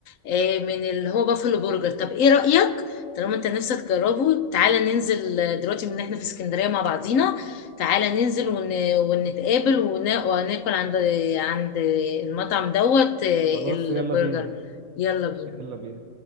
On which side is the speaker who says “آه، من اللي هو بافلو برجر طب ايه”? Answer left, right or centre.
Left